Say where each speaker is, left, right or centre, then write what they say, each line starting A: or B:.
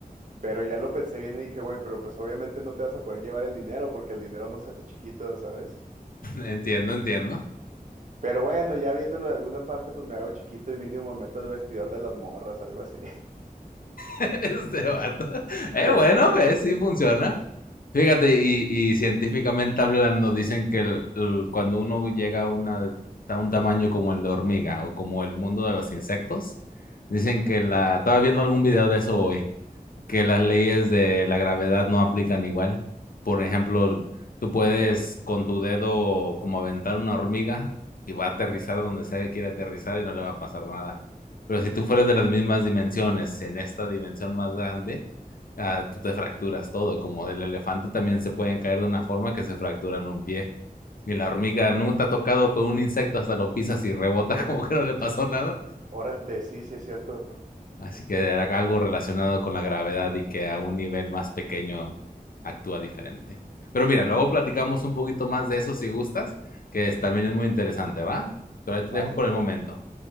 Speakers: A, on the right; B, on the left.
A: Pero ya lo pensé bien y dije, güey, pero pues obviamente no te vas a poder llevar el dinero porque el dinero no se hace chiquito, ¿sabes?
B: Entiendo, entiendo.
A: Pero bueno, ya viéndolo de alguna parte, pues me hago chiquito y mínimo me meto al vestidor de las morras, algo así.
B: <laughs> Este vato. Eh,
A: <laughs>
B: bueno, ves, sí funciona. Fíjate, y, y científicamente hablando, dicen que el- el- cuando uno llega a, una, a un tamaño como el de hormiga o como el mundo de los insectos, dicen que la... Estaba viendo algún video de eso hoy, que las leyes de la gravedad no aplican igual. Por ejemplo, tú puedes con tu dedo como aventar una hormiga y va a aterrizar donde sea que quiera aterrizar y no le va a pasar nada. Pero si tú fueras de las mismas dimensiones, en esta dimensión más grande, ah, tú te fracturas todo. Como el elefante también se pueden caer de una forma que se fracturan un pie. Y la hormiga nunca te ha tocado con un insecto, hasta lo pisas y rebota <laughs> como que no le pasó nada.
A: Órale, sí, sí es cierto.
B: Así que era algo relacionado con la gravedad y que a un nivel más pequeño actúa diferente. Pero mira, luego platicamos un poquito más de eso si gustas, que es- también es muy interesante, ¿va? Pero ahí te
A: Vale,
B: dejo por el momento.